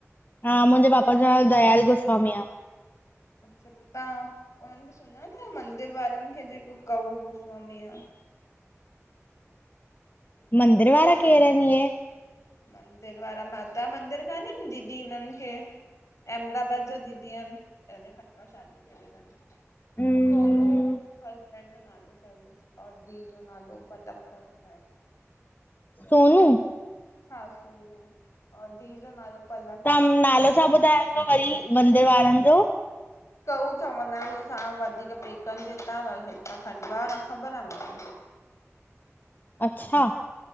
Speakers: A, on the left (about 35°); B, on the left (about 70°).
A: हा, मुंजे पापा जो नालो दयाल गोस्वामी आ।
B: अच्छा, त तहां हुनन खे सुञाणो मंदर वारन खे, जेको कऊ गोस्वामी आ।
A: मंदर
B: सुन
A: वारा
B: अ
A: केर आहिनि इहे
B: मंदर वारा, माता मंदिर कानन दीदी हिनन खे अहमदाबाद जो दीदी आहिन। जेने खंडवा शादी थियल तन।
A: अम्म,
B: सोनू अ पैंजो नालो तवस और धीउ जो नालो पलक तव शायद।
A: सोनू
B: हा सोनू और धीअ जो नालो पलक
A: तव्हां
B: तवस।
A: नालो छा ॿुधायव वरी मंदर वारन जो।
B: कऊ चवंदा आयूं असां वधीक पेकन जे हितां। हितां कांडला जो न ख़बर आ मूंखे।
A: अच्छा